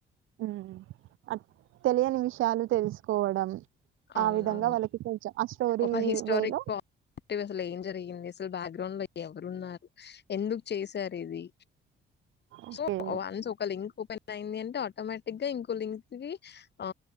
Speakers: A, on the right; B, on the left.
A: హ్మ్ అ తెలియని విషయాలు తెలుసుకోవడం
B: అవునువును
A: ఆ విధంగా వాళ్ళకి కొంచెం ఆ స్టోరీ
B: ఒక హిస్టారిక్
A: వేలో
B: <unintelligible> అసలు ఏం జర్ <unintelligible> బ్యాక్గ్రౌండ్ లో ఎవరున్నారు ఎందుకు చేసారు ఇది
A: ఓకే
B: సో వన్స్ ఒక లింక్ ఓపెన్ అయింది అంటే ఆటోమేటిక్ గా ఇంకో లింక్ కి ఆ